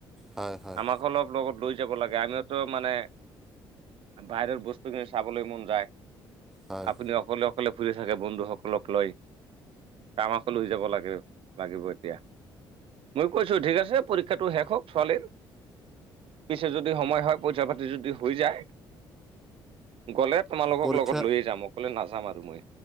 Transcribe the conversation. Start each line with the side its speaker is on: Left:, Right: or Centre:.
Centre: হয় হয়
Right: আমাক অলপ লগত লৈ যাব লাগে আমিওতো মানে বাহিৰত বস্তুখিনি চাবলৈ মন যায়।
Centre: হয়
Right: আপুনি অকলে অকলে ফুৰি চাকে বন্ধুসকলক লৈ। তামাক লৈ যাব লাগে লাগিব এতিয়া মই কৈছো ঠিক আছে। পৰীক্ষাটো শেষক ছোৱালীৰ। পিছে যদি সময় হয় পইচা পাতি যদি হৈ যায় গলে। তোমালোকক
Centre: পৰীক্ষা
Right: লগত লৈয়ে যাম অকলে নাযাম আৰু মই